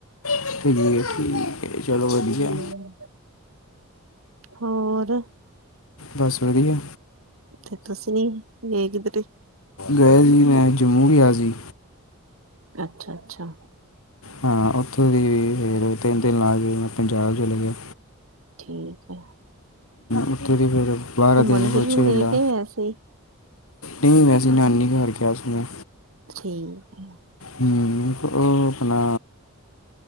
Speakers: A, on the left; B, on the right.
A: ਹੈ, ਠੀਕ ਹੈ। ਤੇ ਚਲੋ ਵਧੀਆ
B: ਹਮ
A: ਏ।
B: ਹੋਰ,
A: ਬਸ ਵਧੀਆ
B: ਤੇ ਤੁਸੀਂ ਗਏ ਕਿਧਰੇ?
A: ਗਏ ਸੀ, ਮੈਂ ਜੰਮੂ ਗਿਆ ਸੀ।
B: ਅੱਛਾ, ਅੱਛਾ।
A: ਹਾਂ ਉੱਥੋਂ ਦੀ ਵੀ ਫੇਰ ਤਿੰਨ ਦਿਨ ਲਾ ਕੇ ਮੈਂ ਪੰਜਾਬ ਚਲਾ ਗਿਆ।
B: ਠੀਕ ਹੈ
A: ਉੱਥੇ ਦੀ ਫੇਰ ਬਾਰਾ
B: ਘੁੰਮਣ
A: ਦਿਨ
B: ਫਿਰਨ
A: ਕੁਛ ਝੇਲਾ
B: ਗਏ ਕੇ ਵੈਸੇ
A: ਨਹੀਂ ਵੈਸੇ ਨਾਨੀ ਘਰ ਗਿਆ ਸੀ ਮੈ।
B: ਠੀਕ।
A: ਹਮ ਓ ਅਪਣਾ